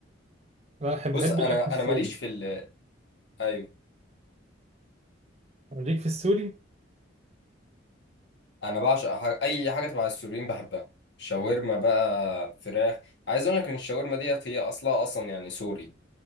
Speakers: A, on the right (about 35°); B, on the left (about 60°).
A: انا بحب
B: بص
A: بحب
B: انا
A: الاكل السوري
B: انا ماليش في ال ايوه
A: ليك في السوري؟
B: انا بعشق ح- اي حاجة تبع السوريين بحبها شاورما بقى فراخ عايز اقول لك ان الشاورما ديت هي اصلها اصلا يعني سوري